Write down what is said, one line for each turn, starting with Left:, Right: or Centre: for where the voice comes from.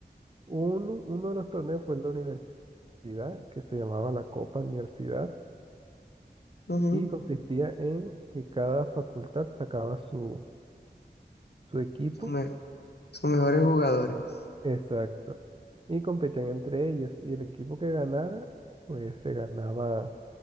Right: Uno, uno de los torneos fue en la universidad, que se llamaba la Copa Universidad,
Left: Ujú.
Right: y consistía en que cada facultad sacaba su, su equipo
Left: Son, me- son mejores jugadores.
Right: Exacto. Y competían entre ellos. Y el equipo que ganara, pues se ganaba